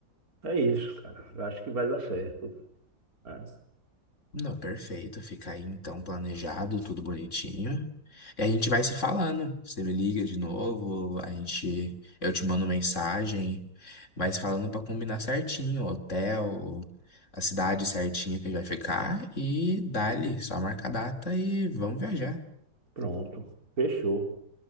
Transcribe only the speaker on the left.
Não, perfeito. Fica aí então planejado, tudo bonitinho. E a gente vai se falando. Você me liga de novo, a gente, eu te mando mensagem, mas falando pra combinar certinho, o hotel, a cidade certinha que a gente vai ficar e dali, só marca a data e vamos viajar.